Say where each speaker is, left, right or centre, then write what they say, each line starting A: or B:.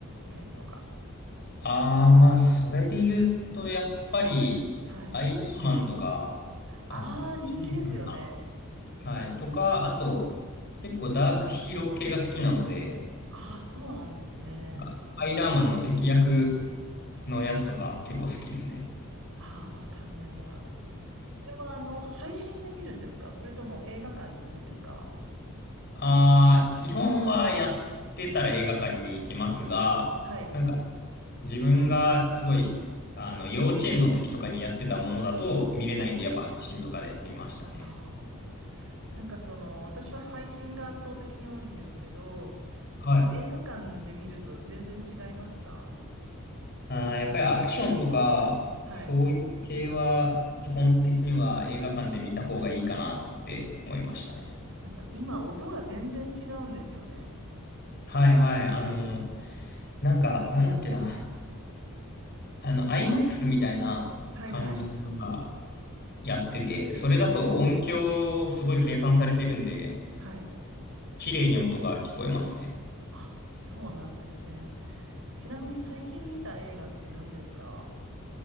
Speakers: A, on the right (about 70°); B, on the left (about 50°).
A: メンとか。
B: ああ、まあ、それで言うと、やっぱり、
A: はい。
B: アイアンマンとか、
A: ああ、
B: あの、
A: 人気ですよね。
B: シンプルなはい、とか、あと、結構ダークヒーロー系が好きなので、
A: ああ、そうなんですね。
B: なんかスパイダーマンの敵役のやつとか結構好きですね。
A: ああ、わかんないや。それは、あの、配信で見るんですかそれとも映画館に行くんですか
B: ああ、基本はやってたら映画館に行きますが、
A: はい。
B: なんか自分がすごい、あの、幼稚園の時とかにやってたものだと見れないんで、
A: はい。
B: やっぱ配信とかで見ましたね。
A: ああ。なんかその、私は配信が圧倒的に多いんですけど、
B: はい。
A: やっぱ映画館で見ると全然違いますか
B: ああやっぱりアクションとか、
A: はい。
B: そういう系は基本的には映画館で見た方がいいかなって思いましたね。
A: なんか今音が全然違うんですよね。
B: はいはい。あの、なんか、なんだっけな。あの、IMAX みたいな感じのが
A: はいはい。
B: やってて、それだと音響すごい計算されてるんで、
A: はい。
B: 綺麗に音が聞こえますね。
A: あ、そうなんですね。ちなみに最近見た映画って何ですか